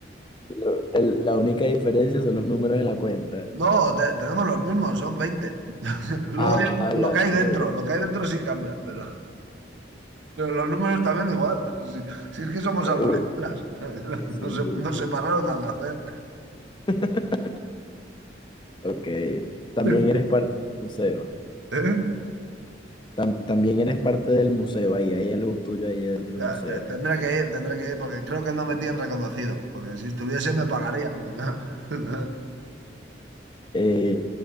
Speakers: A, on the left; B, on the right.
A: Lo- el- la única diferencia son los números en la cuenta.
B: No, te- tenemos los mismos, son veinte <laughs> Luego
A: Ah,
B: ya lo
A: la
B: que hay
A: mierda.
B: dentro, lo que hay dentro sí cambia, pero, pero los números también igual. <laughs> Si, si es que somos almas
A: Uf,
B: gemelas,
A: sí,
B: <laughs>
A: sí,
B: nos, se-
A: sí,
B: nos
A: sí.
B: separaron al nacer.
A: <laughs> Ok, también
B: <laughs>
A: eres parte del museo.
B: ¿Eh?
A: Tam- también eres parte del museo, ahí hay algo tuyo ahí dentro del
B: Ya,
A: museo.
B: te- Tendré que ir, tendré que ir, porque creo que no me tienen reconocido, porque si estuviese me pagarían. <laughs>
A: Eh,